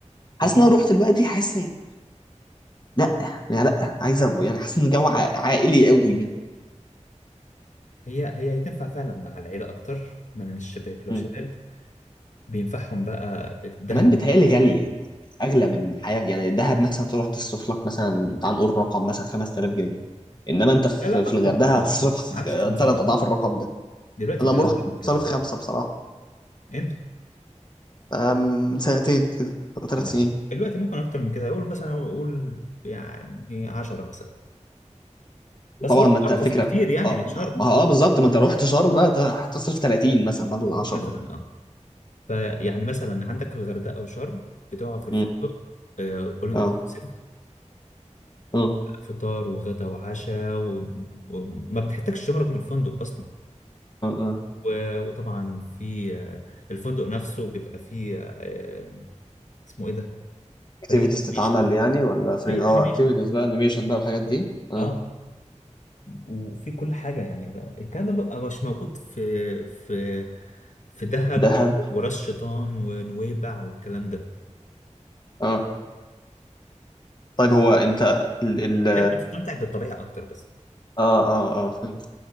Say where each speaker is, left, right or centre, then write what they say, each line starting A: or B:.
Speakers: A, on the left; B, on the left.
A: حاسس
B: اكيد
A: ان انا رحت دلوقتي حاسس ان لا يعني لا عايز أبقى- يعني حاسس ان الجو ع- عائلي قوي يعني
B: هي هي تنفع فعلا مع العيله اكتر من الشباب لو
A: مم.
B: شباب بينفعهم بقى الذهب
A: كمان بيتهيألي غاليه يعني اغلى من الحياه يعني الدهب مثلا تروح تصرف لك مثلا تعال نقول رقم مثلا 5000 جنيه انما انت في
B: لا لا
A: في
B: اكتر
A: الغردقه
B: يا عم
A: هتصرف
B: اكتر ما عادش خمسه
A: ثلاث
B: دي
A: اضعاف الرقم ده
B: دلوقتي
A: انا
B: بقى
A: لما
B: أقل
A: رحت
B: من كده
A: صرف
B: ده
A: خمسه بصراحه
B: انت
A: آه، من سنتين كده او ثلاث
B: لا لا
A: سنين
B: دلوقتي ممكن اكتر من كده اقول مثلا اقول يعني 10 مثلا
A: وطبعا
B: بس برضه
A: ما انت
B: ارخص
A: فكره
B: بكتير يعني
A: اه
B: من شرم
A: ما ما هو اه بالظبط ما انت لو رحت شرم بقى ده هتصرف 30 مثلا بدل 10
B: مثلا
A: دي
B: اه فيعني مثلا عندك الغردقه او شرم بتقعد في الفندق
A: مم.
B: اول انكلوسيف
A: اه اه
B: فطار وغدا وعشاء و- وما بتحتاجش تخرج من الفندق اصلا
A: اه اه
B: و- وطبعا في آه، الفندق نفسه بيبقى فيه آه، اسمه ايه ده
A: اكتيفيتيز
B: فريق الانيميشن
A: تتعمل يعني ولا فري
B: فريق
A: اه
B: الانيميشن
A: اكتيفيتيز بقى انيميشن بقى الحاجات دي اه
B: اه وفي كل حاجة يعني ما- الكلام ده بقى مش موجود في في في دهب
A: دهب
B: و- وراس شيطان ونويبع والكلام ده
A: اه طيب هو انت ال
B: فهناك
A: ال
B: بتستمتع بالطبيعة أكتر بس
A: اه اه اه فهمت